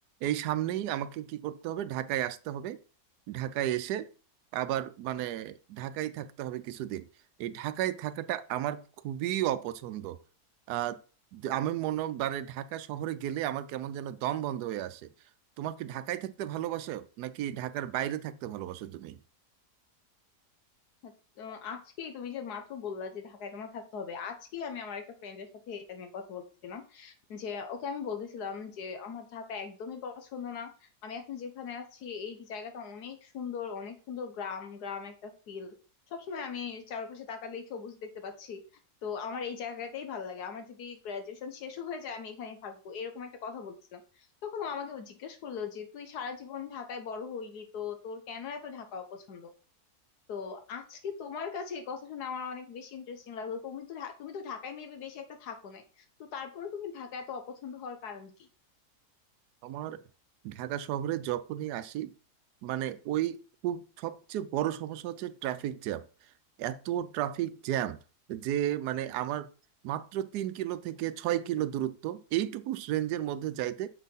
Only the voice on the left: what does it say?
আচ্ছা, তো আজকেই তুমি যে মাত্র বললা যে ঢাকায় তোমার থাকতে হবে আজকেই আমি আমার একটা ফ্রেন্ডের সাথে এটা নিয়ে কথা বলতেছিলাম যে ওকে আমি বলতেছিলাম যে আমার ঢাকা একদমই পছন্দ না আমি এখন যেখানে আছি এই জায়গাটা অনেক সুন্দর অনেক সুন্দর গ্রাম গ্রাম একটা ফিল সবসময় আমি চারপাশে তাকালেই সবুজ দেখতে পাচ্ছি তো আমার এই জায়গাটাই ভালো লাগে আমার যদি গ্রাজুয়েশন শেষও হয়ে যায় আমি এখানেই থাকবো এরকম একটা কথা বলছিলাম তখন ও আমাকে জিজ্ঞেস করলো যে তুই সারা জীবন ঢাকায় বড় হইলি তো তোর কেন এত ঢাকা অপছন্দ তো আজকে তোমার কাছে এই কথা শুনে আমার অনেক বেশি ইন্টারেস্টিং লাগলো তুমি তো ঢা- তুমি তো ঢাকায় মেবি বেশি একটা থাকো নাই তো তারপরে তুমি ঢাকা এত অপছন্দ হওয়ার কারণ কি